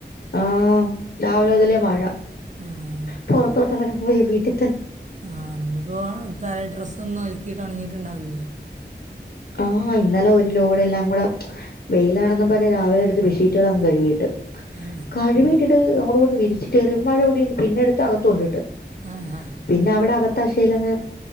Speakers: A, on the left (about 55°); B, on the right (about 40°).
A: ആഹ് രാവിലൊതെലെ മഴ
B: ആ
A: പൊ റത്തോട്ടറങ്ങാൻ ക്കുമ്പോ ഈ വീട്ടി
B: ആ ന്നുപ്പോ തായേ ഡ്രസ്സ് ഒന്നും ഒലക്കിയിട്ട് ഉണങ്ങിയിട്ടുണ്ടാവില്ലല്ലോ
A: ആഹ് ഇന്നലെ ഒരു ലോഡ് എല്ലാം കൂടെ വെയിലാണെന്നും പറഞ് രാവിലെ എ ടുത്ത് ബെഡ്ഷീറ്റുകള് അങ്ങ് കഴുകിട്ട്
B: ആ
A: കഴിവിട്ടിട്ട് അങ്ങോട്ടുങ്ങോട്ടും കൊണ്ട് വിരിച്ചിട്ട് കേറി മഴ കൂടി പിന്നെ എടുത്ത് അകത്ത് കൊണ്ടിട്ട്
B: ആ ആ
A: പിന്നെ അവിടെ അകത്ത അക്ഷയിലങ്ങെ